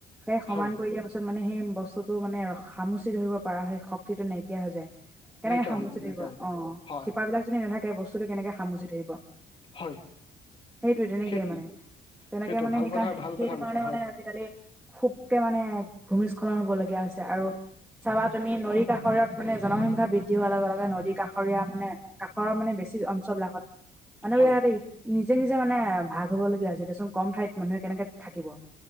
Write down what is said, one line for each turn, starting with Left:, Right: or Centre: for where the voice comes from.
Centre: সেই সমান
Left: হয়
Centre: কৰি দিয়া পাছত- ত মানে সেই বস্তুতো মানে খামুচি ধৰিব পাৰা সেই শক্তিটো নাইকিয়া হৈ যায়। কেনেকে
Left: নাইকিয়া
Centre: খামুচি
Left: হৈ যায়
Centre: ধৰিব,
Left: নাইকিয়া হৈ যায়
Centre: অ
Left: হয়
Centre: শিপাবিলাক যদি নাথাকে বস্তুটো কেনেকে খামুচি ধৰিব।
Left: হয়
Centre: সেইটোৱে তেনেকেই
Left: সেইটোৱে
Centre: মানে। তেনেকে
Left: সেইটোৱে
Centre: মানে
Left: ভাল
Centre: সেইকাৰণে
Left: কথা ভাল
Centre: সেইটোকাৰণে
Left: কথা কৈছা হয়
Centre: মানে আজিকালি, খুবকে মানে ভূমিস্খলন হবলগীয়া হৈছে। আৰু চাবা তুমি নৰী কাষৰীয়ত মানে জনসংখ্যা বৃদ্ধি হোৱাৰ লগে লগে নদী কাষৰীয়া মানে, কাষৰৰ মানে বেছি অঞ্চল বিলাকত মানুহ
Left: হয়
Centre: বিলাকতে নিজে নিজে মানে ভাগ হবলগীয়া হৈছিল। দেচোন কম ঠাইত মানুহে কেনেকে থাকিব।